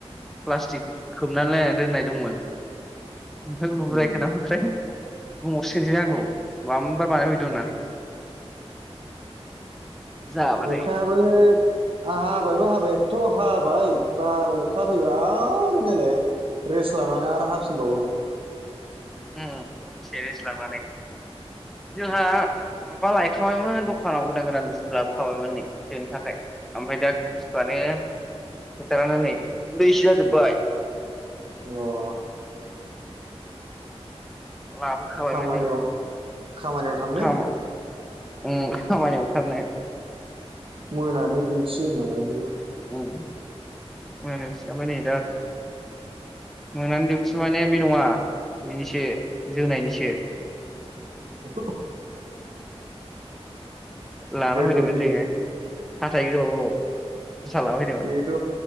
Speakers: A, in the centre; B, on the right (about 55°).
A: प्लास्टिक खोबनानै लायनानै दोननाय दंमोन ओमफ्राय बुरायखोना
B: उम
A: <unintelligible> बुंहरसिगनसैलाय बे आंखौ मामबार बानायफैदो होननानै जाबाथाय
B: अखायाबो हाबायबो हाबाय एथ' हाब बाय बा आरो अखा फैबा आरो नायलाय रेस्ट लानानै आरो हाफिनबावो
A: उ दसे रेस्ट लानानै जोंहा माबा लायखाबायमोन दखानाव गोदान गोदान बुस्थु लाबोखाबायमोन नै सोनो थाखाय ओमफ्राय दा बुस्थुआनो फोथारानो नै दैसो जाजोब्बाय
B: अ
A: लाबोखाबायबो
B: खामानियाव
A: जोङ।
B: खामानियाव थांनो
A: खाम उम खामानियानो खारनो हायाखै।
B: मोनानि दिसि <unintelligible>
A: उम मोनानि दिउथि ओमफ्राय नै दा मोनानि दिउथि माने बे नङा बेनिसो जोनायनिसो
B: अ
A: लाना
B: जोलुरनि
A: फैदोंमोन जोङो हाथाय गोलाव गोलाव। जुथा लाना फैदोंमोन
B: बेथ'